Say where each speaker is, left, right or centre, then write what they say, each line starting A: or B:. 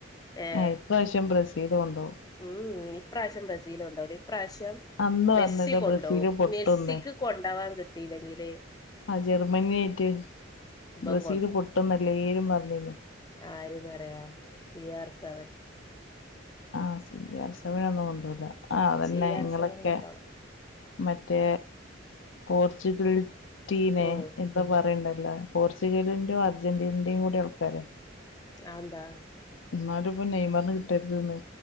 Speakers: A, on the left; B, on the left.
A: ഏഹ്
B: ഏ ഇപ്രാവശ്യം ബ്രസീല് കൊണ്ടോവും
A: ഉം ഇപ്രാവശ്യം ബ്രസീൽ കൊണ്ടോവൂല ഇപ്രാവശ്യം
B: അന്ന്
A: മെസ്സി
B: പറഞ്ഞല്ലോ
A: കൊണ്ടോവും
B: ബ്രസീല് പൊട്ടുംന്ന്
A: മെസ്സിക്ക് കൊണ്ടാവാൻ കിട്ടീലെങ്കില്
B: ആ ജർമ്മനി നെറ്റ്
A: ഇബൻ
B: ബ്രസീല് പൊട്ടുന്നല്ലേലുംപറഞ്ഞീന്ന്
A: ആര്ന്നറയാ സി ആർ സവൻ
B: ആ സി ആർ സവനൊന്നും കൊണ്ടോവൂല ആ അതന്നെ
A: സി ആർ
B: ഇങ്ങളൊക്കെ
A: സെവൻ കൊണ്ടോണം
B: മറ്റേ പോർച്ചുഗൽടീനെ
A: ഉം
B: ഇപ്പ പറയണ്ടല്ലോ പോർച്ചുഗലിന്റെയും അർജന്റീനയും കൂടി ആൾക്കാര്
A: ആന്താ
B: എന്നാലും ഇപ്പ നെയ്മർന് കിട്ടരുത്ന്ന്